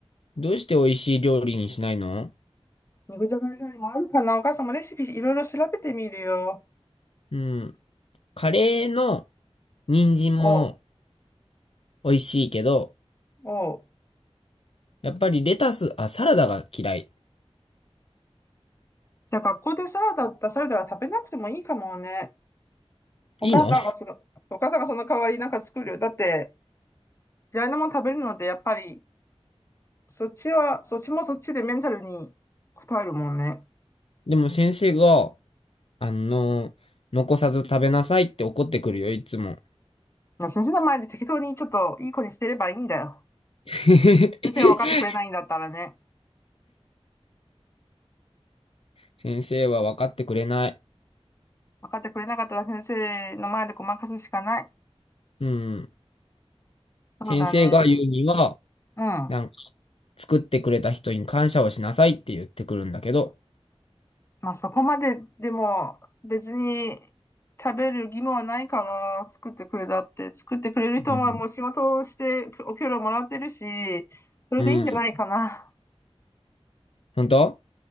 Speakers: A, on the left; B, on the left.
A: どうして美味しい料理にしないの
B: 肉じゃが以外にもあるかな。お母さんもレシピいろいろ調べてみるよ。
A: うん。カレーの人参も
B: おう、
A: 美味しいけど、
B: おう。
A: やっぱりレタス、あ、サラダが嫌い。
B: じゃあ学校でサラダだったらサラダは食べなくてもいいかもね。お母さんがその、
A: いいの
B: お母さんがその代わりなんか作るよ。だって、嫌いなもの食べるので、やっぱり、そっちは、そっちもそっちでメンタルに応えるもんね。
A: でも先生が、あの、残さず食べなさいって怒ってくるよ、いつも。
B: まあ先生の前で適当にちょっといい子にしてればいいんだよ。
A: <laughs>
B: 先生が分かってくれないんだったらね。
A: 先生は分かってくれない。
B: 分かってくれなかったら先生の前でごまかすしかない。
A: うん。
B: そうだね。
A: 先生が言うには、
B: うん。
A: なんか作ってくれた人に感謝をしなさいって言ってくるんだけど。
B: まあそこまででも別に食べる義務はないかな。作ってくれたって。作ってくれる人はもう仕事をしてお給料もらってるし、
A: うん。
B: それでいいんじゃないかな。
A: うん。本当